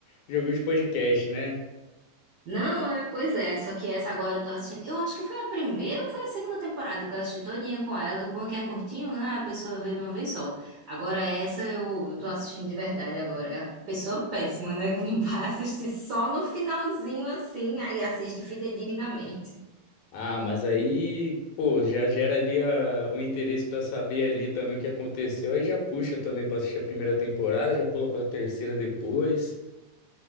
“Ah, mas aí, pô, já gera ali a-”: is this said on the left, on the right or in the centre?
Left